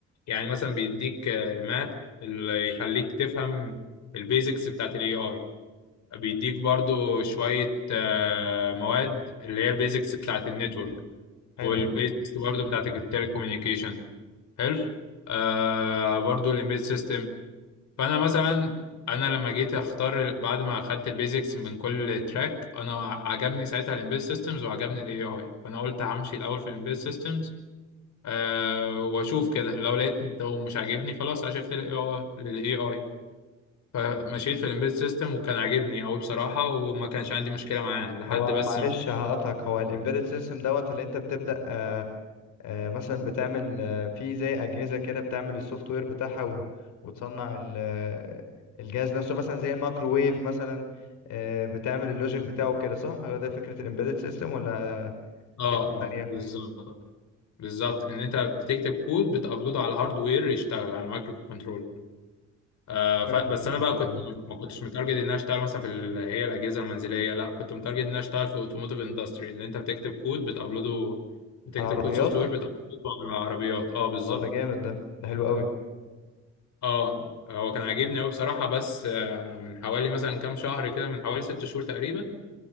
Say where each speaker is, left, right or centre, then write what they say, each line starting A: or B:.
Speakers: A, on the left; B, on the left.
A: يعني مثلا بيديك آه، الماث اللي يخليك تفهم البيزكس بتاعت الاي اي بيديك برضو شويه آه، مواد اللي هي البيزكس بتاعت النتورك
B: حلو
A: والبيزكس برضو بتاعت التليكوميونيكيشن حلو آه برضو الامبيد سيستم فانا مثلا انا لما جيت اختار ال- بعد ما اخدت البيزكس من كل تراك انا عجبني ساعتها الامبيد سيستمز وعجبني الاي اي فانا قلت همشي الاول في الامبيد سيستمز أه واشوف كده لو لقيت لو مش عاجبني خلاص هشفت للاي اي فمشيت في الامبيد سيستم وكان عاجبني قوي بصراحه وما كانش عندي مشكله معاه لحد
B: هو
A: بس
B: معلش هقطعك هو الامبيدد سيستم دوت اللي انت بتبدأ آه، آه، مثلا بتعمل آه، في زي أجهزة كده بتعمل السوفت وير بتاعها و- وتصنع ال- آه، الجهاز نفسه مثلا زي الميكروويف مثلا آه، بتعمل اللوجيك بتاعه كده صح هو ده فكرة الامبيدد سيستم ولا
A: اه
B: دي حاجة تانية
A: اه بالظبط بالظبط ان انت بتكتب كود بتابلوده على هاردوير يشتغل على المايكرو كنترول آه، ف-
B: فهمتك
A: بس
B: فهمتك
A: انا
B: اه على
A: بقى كنت
B: فهمتك
A: ما كنتش متارجت ان انا اشتغل مثلا في ال- هي الاجهزه المنزليه لا كنت متارجت ان انا اشتغل في اوتوموتيف اندستري ان انت بتكتب كود بتابلوده بتكتب
B: العربيات
A: كود سوفت
B: بالظبط
A: وير بتابلوده على العربيات اه بالظبط
B: اه ده جامد ده ده حلو قوي
A: اه هو كان عاجبني قوي بصراحه بس آه، من حوالي مثلا كام شهر كده من حوالي ست شهور تقريبا